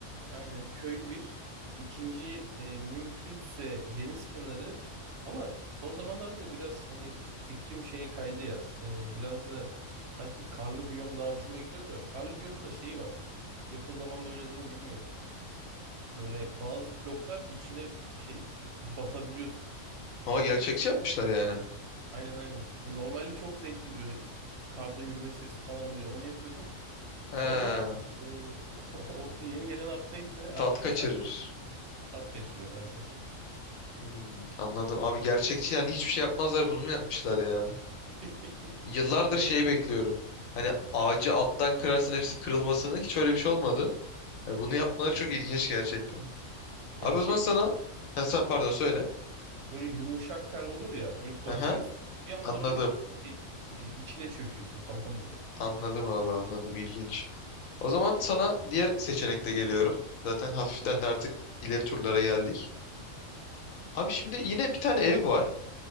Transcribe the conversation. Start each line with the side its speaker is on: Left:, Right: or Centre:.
Right: Aynen köy bir. İkinci e, mümkünse deniz kenarı. Ama son zamanlarda da biraz hani fikrim şeye kaydı ya. E, biraz da sanki karlı biyom daha hoşuma gidiyor da. Karlı biyomun da şeyi var. Yakın zamanda oynadığımı bilmiyorum. Böyle bazı bloklar içine şey <laughs> batabiliyorsun.
Left: Ama gerçekçi yapmışlar yani.
Right: Aynen aynen. E, Normalde çok zevkliydi böyle karda yürüme sesi falan böyle onu yapıyordum.
Left: He
Right: Sonra e, <laughs> o yeni gelen update'le artık
Left: tat kaçırır.
Right: sa- tat kaçırıyor maalesef.
Left: Hmm, anladım. Abi gerçekçi yani hiçbir şey yapmazlar bunu mu yapmışlar ya?
Right: <laughs>
Left: Yıllardır
Right: Ya
Left: şeyi
Right: şey
Left: bekliyorum.
Right: gibi,
Left: Hani ağacı alttan kırarsın hepsi kırılmasını. Hiç öyle bir şey olmadı. Yani bunu yapmaları çok ilginç gerçekten.
Right: ya
Left: Abi o
Right: şey
Left: zaman sana...
Right: gibi
Left: Ha, sen pardon söyle.
Right: böyle yumuşak kar olur ya böyle basıyorsun
Left: Aha,
Right: bir anda
Left: anladım.
Right: böyle i- şey, e, içine çöküyorsun falan böyle.
Left: Anladım abi anladım İlginç. O zaman sana diğer seçenekte geliyorum. Zaten hafiften
Right: Allah'ım.
Left: de artık ileri turlara geldik. Abi şimdi yine bir tane ev var.